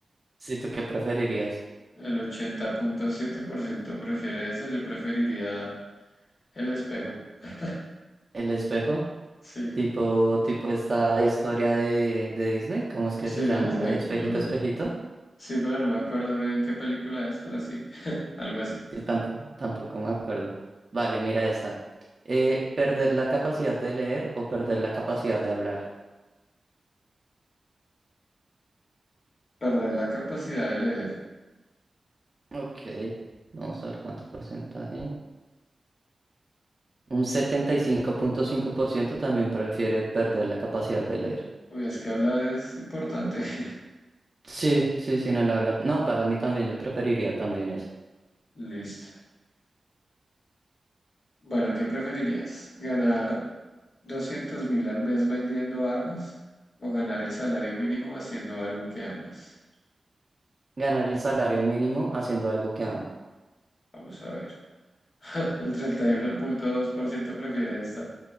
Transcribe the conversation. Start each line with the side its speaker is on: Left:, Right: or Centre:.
Right: ¿Sí tú qué preferirías?
Left: El ochenta punto siete por ciento prefiere eso. Yo preferiría el espejo. <laughs>
Right: ¿El espejo?
Left: Sí,
Right: Tipo, tipo esta historia de, de Disney, ¿cómo es que
Left: sí,
Right: se
Left: de
Right: llama?
Left: Disney.
Right: La de espejito,
Left: No.
Right: espejito.
Left: Sí, pero no me acuerdo bien qué película es, pero sí, <laughs> algo así.
Right: Sí, tampoco, tampoco me acuerdo. Vale, mira esta. Eh, ¿perder la capacidad de leer o perder la capacidad de hablar?
Left: Perder la capacidad de leer.
Right: Ok, vamos a ver cuánto porcentaje. Un setenta y cinco cinco punto cinco por ciento también prefiere perder la capacidad de leer.
Left: Uy, es que hablar es importante. <laughs>
Right: Sí, sí, sin el habla. No, para mí también, yo preferiría también eso.
Left: Listo. Bueno, ¿qué preferirías? ¿Ganar doscientos mil al mes vendiendo armas o ganar el salario mínimo haciendo algo que amas?
Right: ganar el salario mínimo haciendo algo que amo.
Left: Vamos a ver. <laughs> El treinta y uno punto dos por ciento prefiere esta.